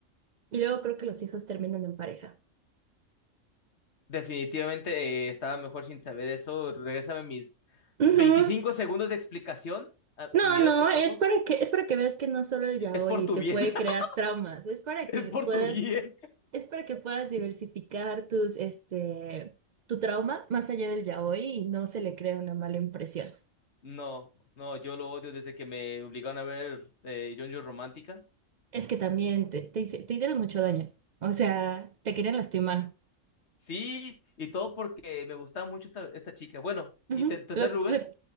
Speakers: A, on the right (about 60°); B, on the left (about 55°).
A: Y luego creo que los hijos terminan en pareja.
B: Definitivamente eh, estaba mejor sin saber eso. Regrésame mis
A: Ujú.
B: 25 segundos de explicación a
A: No,
B: mi vida,
A: no,
B: por
A: es
B: favor.
A: para que, es para que veas que no solo el yaoi
B: Es por tu
A: te
B: bien,
A: puede
B: <laughs>
A: crear traumas, es para
B: es
A: que
B: por
A: puedas,
B: tu bien.
A: es para que puedas diversificar tus, este, tu trauma más allá del yaoi y no se le crea una mala impresión.
B: No, no, yo lo odio desde que me obligaron a ver eh, JoJo Romántica.
A: Es que también te, te hice- te hicieron mucho daño. O sea, te querían lastimar.
B: Sí, y todo porque me gustaba mucho esta, esta chica. Bueno,
A: Ujú.
B: y te- en tercer
A: Lo,
B: lugar,
A: lo-